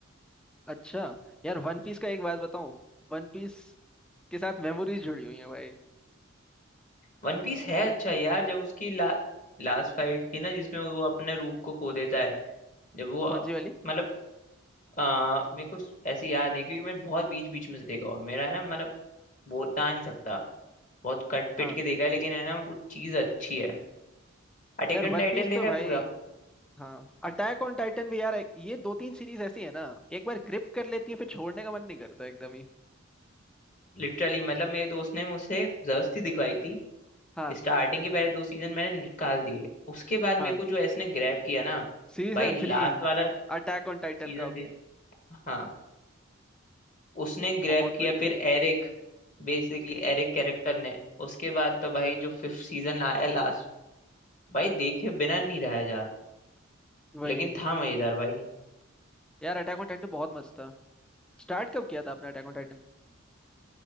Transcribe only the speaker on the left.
वन पीस है अच्छा यार जब उसकी ला, लास्ट फाइट थी ना जिसमें वो अपने रूप को खो देता है जब वो अप-
मतलब आ, मेरे को ऐसे याद नहीं क्योंकि मैं बहुत बीच बीच में से देखा और मेरा है ना मतलब बोलता नहीं सकता बहुत कट पिट
के देखा है लेकिन है ना वो चीज अच्छी है अटैक
ऑन
टाइटन
देखा
है पूरा
लिटरली मतलब मेरे दोस्त ने मुझसे जबरदस्ती दिखवाई थी
स्टार्टिंग के पहले दो सीजन मैंने निकाल दिए उसके बाद मेरे
को जो इसने ग्रैब किया ना
भाई
लास्ट वाला
सीजन
दे हाँ उसने ग्रैब
किया
फिर एरिक बेसिकली एरिक कैरेक्टर ने उसके बाद तो भाई जो फिफ्थ सीजन आया लास्ट भाई देखे बिना नहीं रहा जा
लेकिन था मजेदार भाई